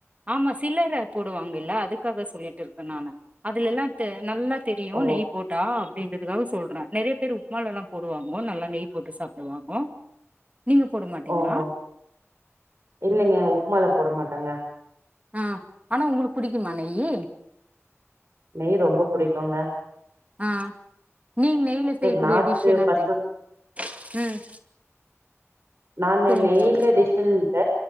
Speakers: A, on the right; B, on the right.
A: ஆமா சில்லரை போடுவாங்கல்ல அ அதுக்காக சொல்லிட்டு இருக்கே நானு அதுல்லா நல்லா தெரியு
B: ஓ
A: நெய் போட்டா அப்டின்றதுக்காக சொல்றே நறைய பேர் உப்புமால எல்லா போடுவாங்கோ நல்லா நெய் போட்டு சாப்புடுவாங்கோ நீங்க போட மாட்டீங்களா
B: ஓஹோ இல்லைங்க உப்மால போட மாட்டாங்க
A: ஆங் ஆனா உங்களுக்கு புடிக்குமா நெய்யி
B: நெய் ரொம்ப புடிக்கும்ங்க
A: ஆங் நீங்க நெய்ல செய்யக்கூடிய
B: நாட்டு
A: டிஷ் என்ன
B: பசு
A: செய்விங்க ம்
B: நாங்க
A: சொல்லுங்க
B: நெய்ல
A: தோழி
B: டிஷ்னு இல்ல